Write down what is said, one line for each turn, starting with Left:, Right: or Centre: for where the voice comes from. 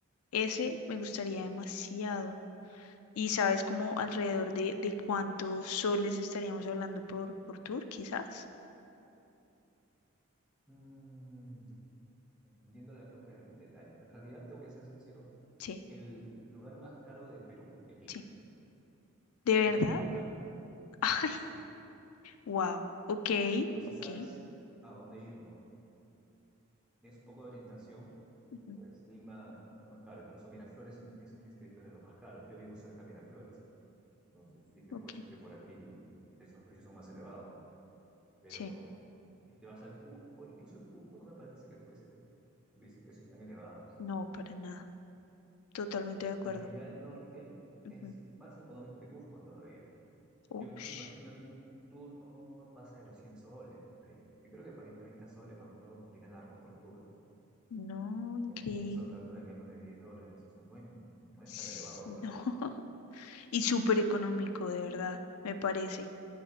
Left: Ese me gustaría demasiado. ¿Y sabes como alrededor de, de cuántos soles estaríamos hablando por, por tour, quizás?
Centre: Mm, dependiendo la época del del año. En realidad, te voy a ser sincero,
Left: Sí,
Centre: el lugar más caro del Perú es Lima.
Left: sí. ¿De verdad?
Centre: Lima es lo más caro.
Left: <laughs> Ay,
Centre: Sí.
Left: wow. Ok,
Centre: No sé
Left: ok,
Centre: si sabes a dónde ir, ¿no? tienes un poco de orientación,
Left: ujú,
Centre: pues Lima es lo más caro. Incluso Miraflores es un, es un distrito de los más caros. Yo vivo cerca de Miraflores. Entonces, sí te
Left: ok.
Centre: puedo decir que por aquí es- los precios son más elevados. Pero
Left: Sí,
Centre: si te vas al Cusco, incluso el Cusco no me parece que fuese, tuviese precios tan elevados.
Left: no, para nada. Totalmente de acuerdo.
Centre: Y allá al norte
Left: Ujú.
Centre: es más económico que Cusco todavía.
Left: Ush,
Centre: Yo me imagino que un turno no pasa de los 100 soles por ahí. Yo creo que pagué 30 soles, me acuerdo, por ir a nadar con tortugas.
Left: no, increíble.
Centre: sea, que estamos hablando de menos de 10 dólares. O sea, no es, no es
Left: S-
Centre: tan elevado
Left: No.
Centre: en realidad.
Left: <laughs> Y súper económico, de verdad, me parece.